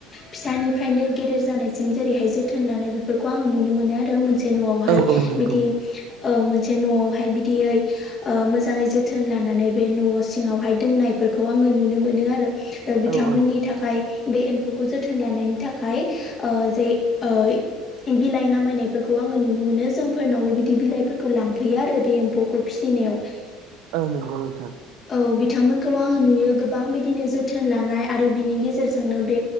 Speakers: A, on the left; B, on the right.
A: फिसा निफ्रायनो गेदेर जानायसिम जेरैहाय जोथोन लानाय बेफोरखौ आङो नुनो मोनो आरो मोन न'आवहाय
B: औ औ नंगौ।
A: बिदि ओ मोनसे न'आवहाय बिदियै ओ मोजाङै जोथोन लानानै बे न'आव सिङावहाय दोननायफोरखौ आङो नुनो मोनो आरो ओ बिथांमोननि
B: औ औ
A: थाखाय बे एम्फौखौ जोथोन लानायनि थाखाय ओ जे ओ बिलाइ नामायनायफोरखौ आङो नुनो मोनो जोंफोरनावबो बिदि बिलाइफोरखौ लांफैयो आरो बे एम्फौखौ फिसियो। नायाव
B: औ नंगौ नोंथां।
A: औ बिथांमोनखौ आङो नुयो गोबां बिदिनो जोथोन लानाय आरो बिनि गेजेरजोंनो बे